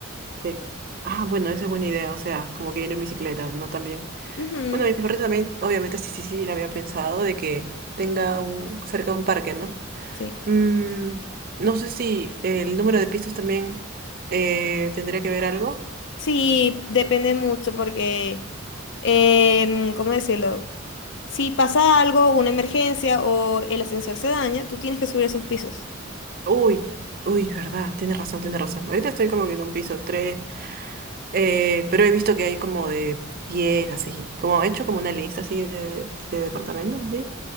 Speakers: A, on the right; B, on the left.
A: sí. Ah, bueno, esa es buena idea. O sea, como que ir en bicicleta, ¿no? También.
B: Ujú,
A: Bueno, mi perrito también, obviamente, sí, sí, sí, lo había pensado de que tenga un, cerca un parque, ¿no?
B: Sí.
A: Mm, no sé si el número de pistas también eh, tendría que ver algo.
B: Sí, depende mucho porque, em, ¿cómo decirlo? Si pasa algo, una emergencia o el ascensor se daña, tú tienes que subir esos pisos.
A: Uy, uy, verdad, tienes razón, tienes razón. Ahorita estoy como que en un piso tres eh, pero he visto que hay como de 10 así. Como he hecho como una lista así de, de departamentos, así.